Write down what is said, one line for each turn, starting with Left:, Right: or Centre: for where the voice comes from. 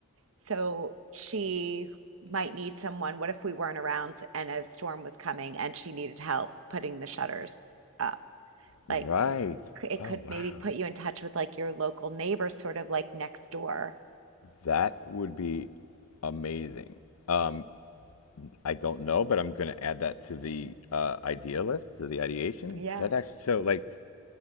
Right: So she might need someone. What if we weren't around and a storm was coming and she needed help putting the shutters up?
Left: right
Right: Like this, it
Left: oh
Right: could
Left: wow
Right: maybe put you in touch with like your local neighbor, sort of like next door.
Left: that would be amazing um i don't know but i'm going to add that to the uh, idea list to the ideation
Right: Yeah.
Left: that actually so like